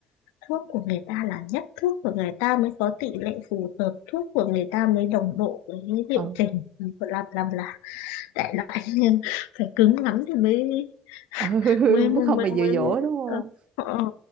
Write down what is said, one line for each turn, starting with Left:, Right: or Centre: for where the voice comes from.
Left: thuốc của người ta là nhất thuốc của người ta mới có tỷ lệ phù hợp thuốc của người ta mới đồng bộ với liệu
Right: ừ
Left: trình làm làm là đại loại <laughs> nhưng phải cứng lắm thì mới
Right: ừ <laughs>
Left: mới mới
Right: mới không
Left: mới
Right: bị dụ
Left: mới,
Right: dỗ
Left: mới
Right: đúng không
Left: ờ, ờ, ờ,